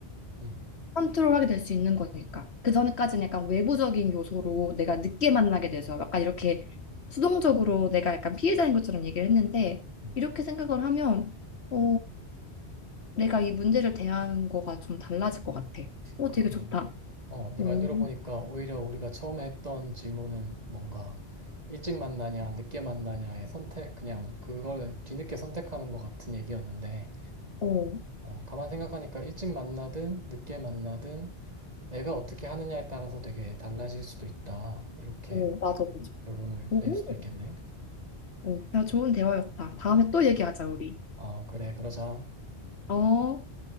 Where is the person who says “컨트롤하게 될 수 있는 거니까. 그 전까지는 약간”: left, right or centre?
Left